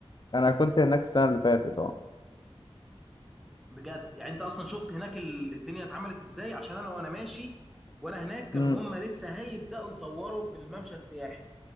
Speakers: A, on the left; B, in the centre.
A: انا كنت هناك السنه اللي فاتت اه
B: بجد يعني انت اصلا شفت هناك ال- الدنيا اتعملت ازاي عشان انا وانا ماشي وانا هناك كانوا
A: امم
B: هم لسه هيبداوا يطوروا في الممشى السياحي